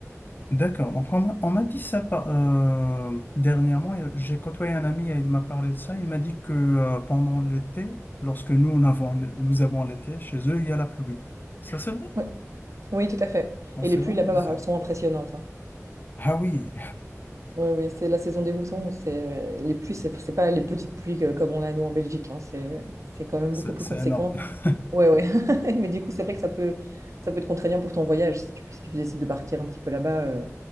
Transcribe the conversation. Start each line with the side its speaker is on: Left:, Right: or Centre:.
Left: D'accord. Donc, on m'a on m'a dit ça par- euh, dernièrement. et J'ai côtoyé un ami et il m'a parlé de ça. Il m'a dit que euh, pendant l'été, lorsque nous, on avons, nous avons l'été, chez eux, il y a la pluie. Ça, c'est vrai?
Right: Oui, Oui, tout à fait.
Left: Non,
Right: Et
Left: c'est
Right: les pluies
Left: vraiment
Right: là-bas,
Left: bizarre.
Right: bah, elles sont impressionnantes. hein.
Left: Ah oui,
Right: Oui, oui, c'est la saison des moussons. C'est euh, les pluies, c'est c'est pas les petites pluies euh, comme on a nous en Belgique. hein, c'est c'est
Left: <laughs>
Right: quand même
Left: c'est
Right: beaucoup plus
Left: c'est
Right: conséquent.
Left: énorme. <laughs>
Right: Ouais, ouais. <laughs> Mais du coup, c'est vrai que ça peut ça peut être contraignant pour ton voyage si tu, si tu décides de partir un petit peu là-bas. euh,